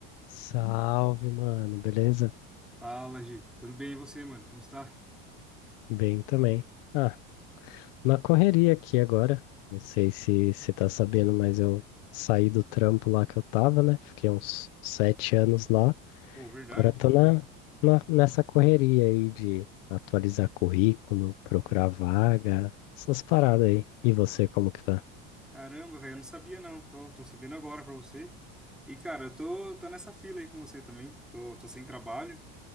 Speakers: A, on the left; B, in the centre.
A: Salve, mano, beleza?
B: Fala, Gi. Tudo bem e você, mano? Como está?
A: Bem também. Ah, na correria aqui agora. Não sei se você tá sabendo, mas eu saí do trampo lá que eu tava, né? Fiquei uns sete anos lá.
B: Pô, verdade?
A: Agora tô na, na- nessa correria aí de atualizar currículo, procurar vaga, essas paradas aí. E você, como que tá?
B: Caramba, velho, eu não sabia não. Tô, tô sabendo agora pra você. E, cara, eu tô, tô nessa fila aí com você também. Tô, tô sem trabalho.